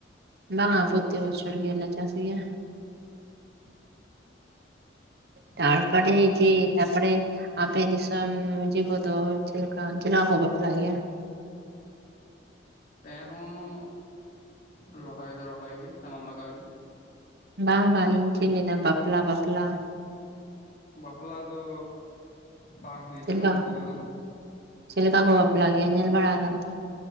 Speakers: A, on the right (about 55°); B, on the left (about 45°).
A: ᱵᱟᱝᱟ ᱯᱳᱛᱮᱠ ᱵᱪᱷᱚᱨ ᱜᱮ ᱨᱮ ᱪᱟᱥᱟ, ᱜᱮᱭᱟ, ᱛᱟᱨᱯᱟᱨᱮ
B: ᱟᱫᱚ
A: ᱡᱮ ᱛᱟᱯᱚᱨᱮ ᱟᱯᱮ ᱫᱤᱥᱚᱢ ᱤᱭᱟᱹ ᱠᱚ ᱫᱚ ᱪᱮᱫ ᱞᱮᱠᱟ ᱡᱮᱞᱟ ᱠᱚ ᱵᱟᱯᱞᱟᱜ ᱜᱮᱭᱟ?
B: ᱛᱮᱦᱚᱸ ᱨᱚᱦᱚᱭ ᱫᱚ ᱨᱚᱦᱚᱭ ᱜᱮ ᱥᱟᱱᱟᱢ ᱞᱟᱠᱟᱜᱮ,
A: ᱵᱟᱝ ᱵᱟᱝ ᱤᱧ ᱪᱮᱫ ᱞᱟᱹᱭᱫᱟ ᱵᱟᱯᱞᱟ ᱵᱟᱯᱞᱟ?
B: ᱵᱟᱯᱞᱟ ᱫᱚ ᱵᱟᱝ ᱦᱩᱭ ᱟᱠᱟᱱᱟ
A: ᱪᱮᱫ ᱞᱮᱠᱟ
B: ᱟᱹᱛᱩ ᱨᱮ ᱫᱚ ᱾
A: ᱪᱮᱫ ᱞᱮᱠᱟ ᱠᱚ ᱵᱟᱯᱞᱟᱜ ᱜᱮᱭᱟ ᱧᱮᱞ ᱵᱟᱲᱟ ᱟᱠᱟᱫ ᱛᱚ?